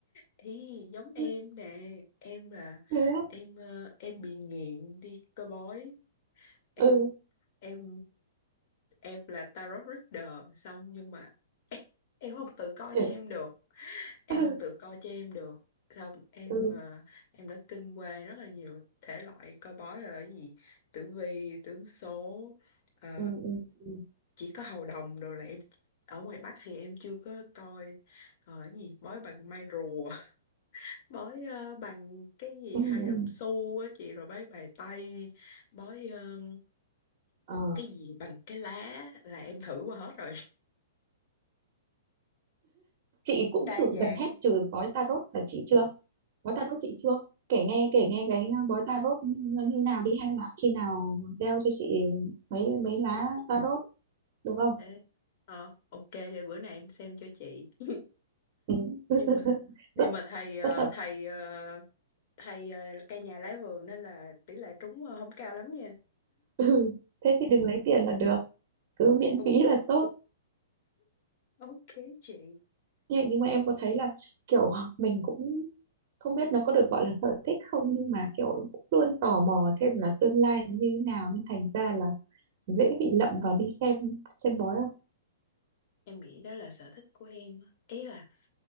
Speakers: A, on the left (about 50°); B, on the right (about 50°).
A: ý giống em
B: <laughs>
A: nè em là
B: thế á
A: em ờ, em bị nghiện đi coi bói em
B: ừ
A: em em là tarot reader xong nhưng mà <laughs> em, em không tự coi
B: chị
A: cho em được em
B: <laughs>
A: không tự coi cho em được xong em
B: ừ
A: ờ, em đã kinh qua rất là nhiều thể loại coi bói là cái gì tử vi tướng số ờ,
B: ừ ừ ừ
A: chỉ có hầu đồng rồi là em ở ngoài Bắc thì em chưa có coi ờ, cái gì bói bằng may rùa <laughs> bói ờ, bằng cái gì
B: ừ ừ.
A: hai đồng xu á chị rồi bói bài tây bói ờ,
B: Ờ,
A: cái gì bằng cái lá là em thử qua hết rồi <laughs>
B: chị cũng
A: đa
B: thử
A: dạng
B: gần hết trừ bói tarot là chị chưa bói tarot chị chưa kể nghe kể nghe cái ờ, bói tarot nó như nào đi hay là khi nào gieo cho chị mấy mấy
A: ok
B: lá tarot được không
A: Ê, ờ, ok để bữa nay em xem cho chị <laughs>
B: ừ. <laughs>
A: nhưng mà
B: rất
A: nhưng mà thầy ờ,
B: rất là
A: thầy ờ, thầy ờ, cây nhà lá vườn nên là tỷ lệ trúng ờ, không cao lắm nha
B: <laughs> Ừ, thế thì đừng lấy tiền là được cứ miễn
A: O-
B: phí là tốt
A: ok chị
B: nhưng nhưng mà em có thấy là kiểu mình cũng không biết nó có được gọi là sở thích không nhưng mà kiểu cũng luôn tò mò xem là tương lai như thế nào nên thành ra là dễ bị lậm vào đi xem xem bói không
A: Em nghĩ đó là sở thích của em. á. Ý là